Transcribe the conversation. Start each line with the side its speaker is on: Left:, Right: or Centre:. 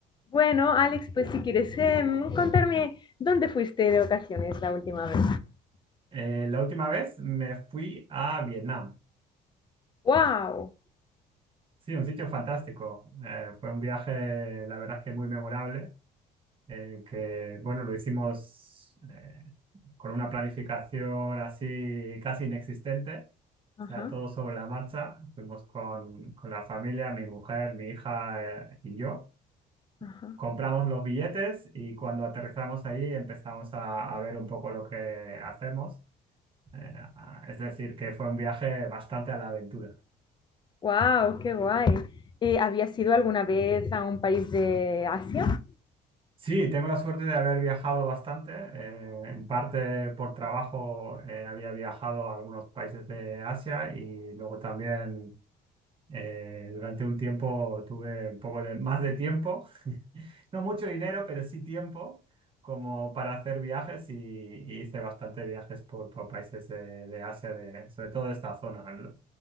Left: Bueno, Alex, pues si quieres em, contarme dónde fuiste de ocasiones la última vez.
Right: Eh, la última vez me fui a Vietnam.
Left: ¡Wow!
Right: Sí, un sitio fantástico. Eh, fue un viaje, la verdad es que muy memorable, eh, que bueno, lo hicimos eh, con una planificación así casi inexistente.
Left: Ajá,
Right: O sea, todo sobre la marcha. Fuimos con, con la familia, mi mujer, mi hija eh, y yo.
Left: ajá.
Right: Compramos los billetes y cuando aterrizamos ahí empezamos a, a ver un poco lo que hacemos. Eh, a- es decir, que fue un viaje bastante a la aventura.
Left: ¡Wow! ¡Qué guay! Eh, ¿habías ido alguna vez a un país de Asia?
Right: Sí, tengo la suerte de haber viajado bastante. eh, en parte por trabajo eh, había viajado a algunos países de Asia y luego también eh, durante un tiempo tuve un poco de más de tiempo, no mucho dinero, pero sí tiempo como para hacer viajes y, y hice bastante viajes por, por países de, de Asia, de, sobre todo de esta zona. El-